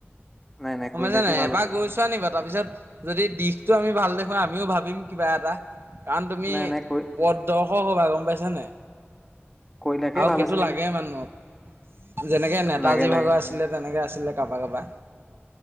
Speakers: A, in the centre; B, on the right.
A: নাই নাই
B: সমমাইছানাই
A: কৈলাশে ভাল
B: এবাৰ
A: আছে
B: গৈছোৱা নি বাৰু তাৰ পিছত যদি দিশ টো আমি ভাল দেখুৱ আমিও ভাবিম কিবা এটা কাৰণ তুমি
A: নাই নাই কৈ
B: পদদৰ্শক হ'বা গম পাইছানে
A: কৈলাশে
B: আৰু
A: ভাল
B: সেইটো
A: আছে
B: লাগে
A: নেকি
B: মানুহক যেনেকে নেতাজী
A: লাগে লাগে
B: ভাগৰ আছিলে তেনেকে আছিলে কাৰোবা কাৰোবা